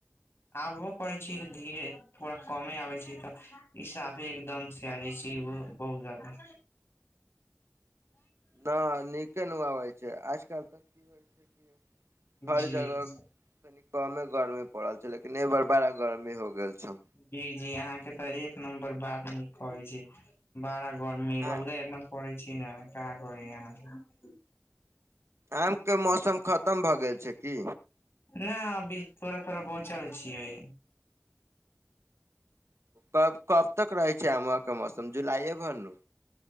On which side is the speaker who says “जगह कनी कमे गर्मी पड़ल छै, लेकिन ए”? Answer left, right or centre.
Right